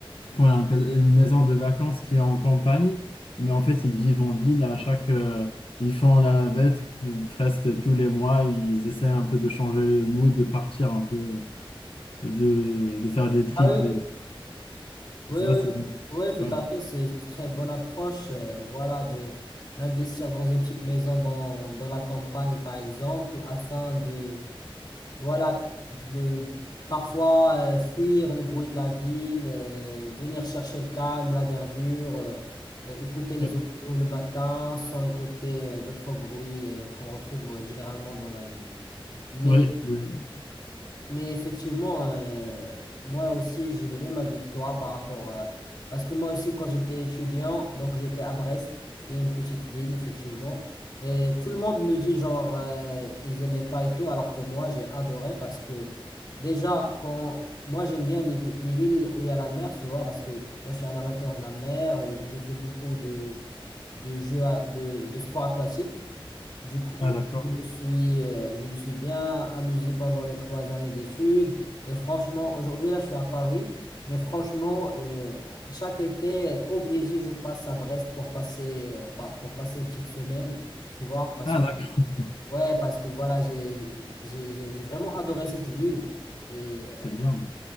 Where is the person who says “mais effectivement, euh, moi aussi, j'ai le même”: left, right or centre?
Left